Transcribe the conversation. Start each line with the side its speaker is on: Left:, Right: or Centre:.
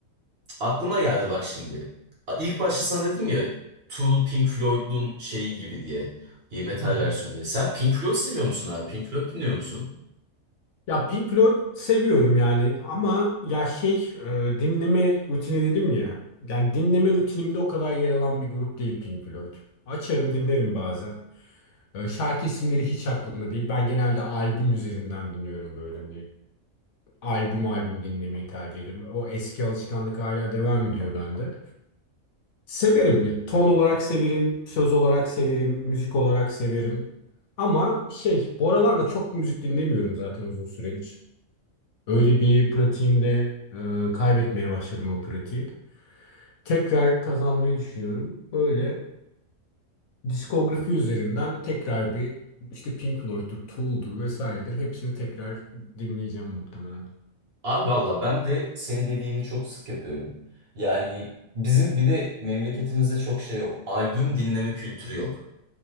Right: aklıma geldi bak şimdi. A- İlk başta sana dedim ya Tool Pink Floyd'un şeyi gibi diye. Y metal
Left: Hı hı.
Right: versiyonu diye. Sen Pink Floyd seviyor musun abi? Pink Floyd dinliyor musun?
Left: Ya Pink Floyd seviyorum yani ama ya şey e, dinleme rutini dedim ya. Yani dinleme rutinimde o kadar yer alan bir grup değil Pink Floyd. Açarım dinlerim bazen. E, Şarkı isimleri hiç aklımda değil. Ben genelde albüm üzerinden dinliyorum böyle. hani albüm albüm dinlemeyi tercih ediyorum. O eski alışkanlık hala devam ediyor bende. Severim. ya, Ton olarak severim, söz olarak severim, müzik olarak severim. Ama şey, bu aralarda çok müzik dinlemiyorum zaten uzun süredir. Öyle bir pratiğim e, kaybetmeye başladım o pratiği. Tekrar kazanmayı düşünüyorum. Böyle diskografi üzerinden tekrar bir işte Pink Floyd'dur, Tool'dur vesairedir. Hepsini tekrar dinleyeceğim muhtemelen.
Right: Abi valla ben de senin dediğini çok sık yapıyorum. Yani bizim bir de memleketimizde çok şey yok. Albüm dinleme kültürü yok.